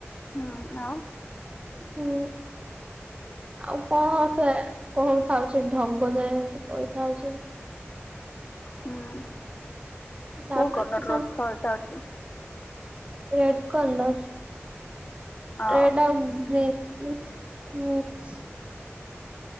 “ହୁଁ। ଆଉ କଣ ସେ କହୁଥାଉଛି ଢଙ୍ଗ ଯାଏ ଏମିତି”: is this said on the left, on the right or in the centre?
Right